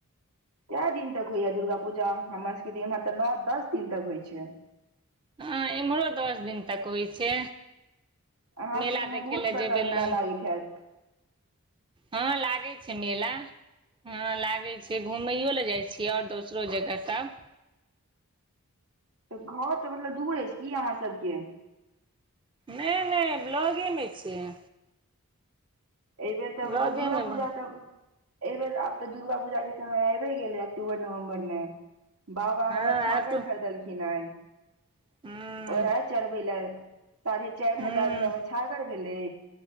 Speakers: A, on the right; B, on the right.
A: कए दिन तक होइया दुर्गा पूजा हमर सब केँ इम्हर तऽ नओ दस दिन तक होइ छै।
B: हा इम्हरो दस दिन तक होइ छै।
A: अहाँ सबके
B: मेला
A: तऽ उम्हर
B: देखे
A: बहुत
B: ले
A: बड़का
B: जेबे लग
A: <inaudible>
B: हा लागै छै। मेला हँ लागे छै। घूमैयो लए जाइ छीयै ओर दोसरो जगह सभ
A: तऽ घोर से मतलब दूर अछि। की अहाँ सभ के
B: नहि नहि ब्लॉगे में छियै
A: एहि बेर तऽ
B: ब्लॉगेमे
A: मतलब दुर्गा पूजा
B: बन
A: तऽ एहि बेर आब तऽ दुर्गा पूजा के समय आबि गेलै अक्टूबर नवम्बर में बाबा
B: हँ
A: हमर
B: आटू
A: छागर खरीदलखिन हे
B: हूँ
A: ओहे चढ़बै लेल साढ़े चारि
B: हूँ
A: हजार रुपया में छागर भेलै